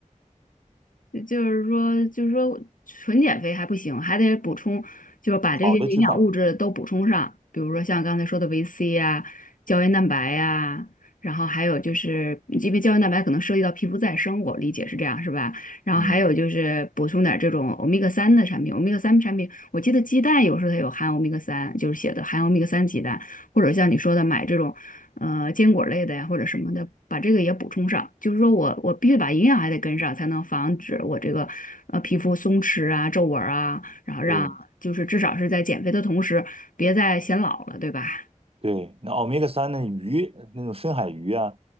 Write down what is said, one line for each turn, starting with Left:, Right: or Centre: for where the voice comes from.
Left: 就就是说，就是说，纯减肥还不行，还得补充，就是把这些营养物质都补充上，
Right: 好的脂肪，
Left: 比如说像刚才说的维 C 呀、胶原蛋白呀、然后还有就是，因为胶原蛋白可能涉及到皮肤再生，我理解是这样，是吧？然后还有就是补充点这种欧米伽三的产品，
Right: 嗯，
Left: 欧米伽三产品，我记得鸡蛋有时候它有含欧米伽三，就是写的含欧米伽三鸡蛋，或者像你说的买这种。呃坚果类的呀或者什么的，把这个也补充上。就是说我我必须把营养还得跟上，才能防止我这个呃皮肤松弛啊、皱纹儿啊，然后让就是至少是在减肥的同时，
Right: 对。
Left: 别再显老了，对吧？
Right: 对，那欧米伽三那鱼那种深海鱼啊，